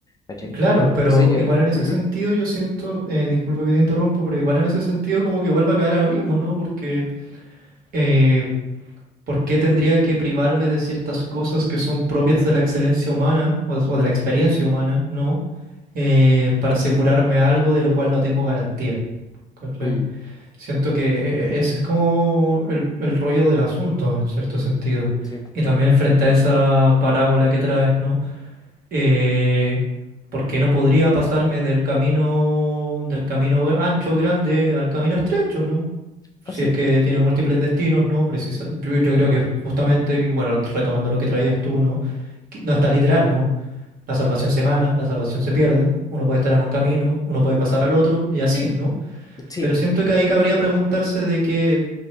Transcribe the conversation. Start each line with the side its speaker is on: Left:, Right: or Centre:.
Left: ¿cachai?
Right: Claro, pero
Left: Entonces yo...
Right: igual en ese
Left: ujú,
Right: sentido yo siento, eh, disculpa que te interrumpo, pero igual en ese sentido como que vuelve a caer a lo mismo, ¿no? Porque eh, ¿Por qué tendría que privarme de ciertas cosas que son propias de la excelencia humana o de, o de la experiencia humana, ¿no? Eh, para asegurarme algo de lo cual no tengo garantía. ¿cachai?
Left: mm,
Right: Siento que eh, ese es como el, el rollo del asunto, en cierto sentido.
Left: sí.
Right: Y también frente a esa parábola que traes, ¿no? eh, porque no podría pasarme del camino, del camino ancho, grande, al camino estrecho, ¿no?
Left: Ah,
Right: Si
Left: sí,
Right: es que tiene múltiples destinos, ¿no? Precisa, yo, yo creo que justamente, y bueno, retomando lo que traías tú, ¿no? que No es tan literal, ¿no? La salvación se gana, la salvación se pierde, uno puede estar en un camino, uno puede pasar al otro, y así, ¿no?
Left: sí,
Right: Pero siento que ahí cabría preguntarse de que,